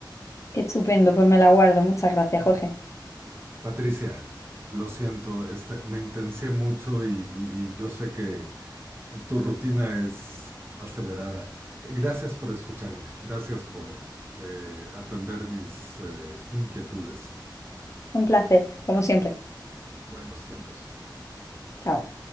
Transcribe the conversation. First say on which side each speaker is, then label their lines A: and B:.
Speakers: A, on the left (about 40°); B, on the right (about 30°).
A: Estupendo, pues me la guardo. Muchas gracias, Jorge.
B: Patricia, lo siento, este, me intencié mucho y, y- y yo sé que Tu rutina es acelerada. Eh, Gracias por escucharme. Gracias por eh, atender mis eh, inquietudes.
A: Un placer, como siempre.
B: Buenos tiempos.
A: Chao.